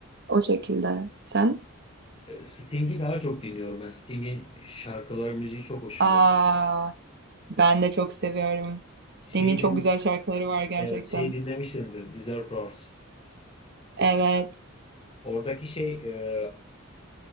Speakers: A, on the right; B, on the left.
A: o şekilde. Sen?
B: Ee, Sting'i daha çok dinliyorum ben. Sting'in şarkıları, müziği çok hoşuma
A: Aa,
B: gidiyor.
A: Ben de çok seviyorum. Sting'in
B: Şeyi
A: çok
B: din,
A: güzel şarkıları var gerçekten.
B: evet, şeyi dinlemişsindir, Desert Rose.
A: Evet.
B: Oradaki şey, e,